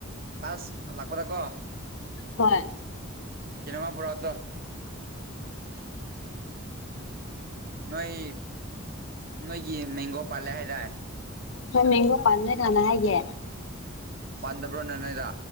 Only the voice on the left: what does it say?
ꯍꯣꯏ
ꯍꯣꯏ ꯃꯦꯡꯒꯣ ꯄꯥꯟꯃꯦ ꯀꯅ ꯍꯥꯏꯒꯦ